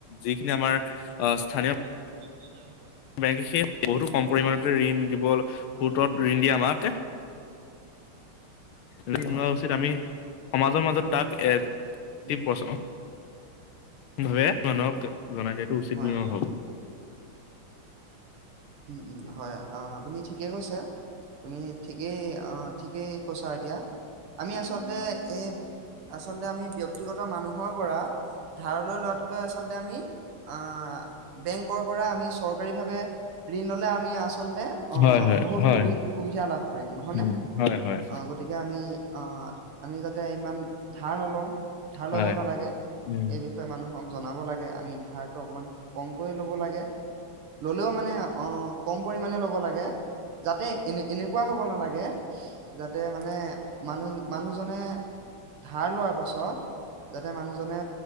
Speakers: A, on the left (about 75°); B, on the right (about 85°).
A: যিখিনি আমাৰ আহ স্থানীয়
B: ত
A: বেংকে সে বহুতো কম পৰিমমানতে ঋণ দিব
B: হয়
A: সোতত ঋণ দিয়ে আমাক ঋণ
B: হয়
A: লোৱা উচিত আমি সমাজৰ মাজত তাক এ
B: উম
A: প্ৰচলন ভাবে মানুহক জনাই দিয়টো উচিত
B: হয়
A: বুলি মই
B: হয়
A: ভাবো
B: উম উম হয় অ আপুনি ঠিকেই কৈছে তুমি ঠিকেই অ ঠিকেই কৈছা এতিয়া আমি আচলতে এই আচলতে আমি ব্য্ক্তিগত মানুহৰ পৰা ধাৰলৈ লোৱাত আচলতে আমি আহ বেংকৰ পৰা আমি চৰকাৰী ভাৱে ঋণ ললে আমি আচলতে অ
A: হয় হয়
B: বহুত
A: হয়
B: সুবি সুবিধা লাভ কৰিম নহয়নে?
A: উম হয় হয়
B: অ গতিকে আমি আমি যাতে ইমান ধাৰ নলওঁ, ধাৰ
A: হয়
B: ল'ব নালাগে,
A: উম
B: সেই বিষয়ে মানুহক জনাব লাগে আমি ধাৰটো অকণমান কমকৈ ল'ব লাগে। ল'লেও মানে অ', কম পৰিমাণে ল'ব লাগে। <unintelligible> যাতে, এনে- এনেকুৱা হ'ব নালাগে যাতে মানে, মানুহ-মানুহজনে ধাৰ লোৱাৰ পাছত যাতে মানুহজনে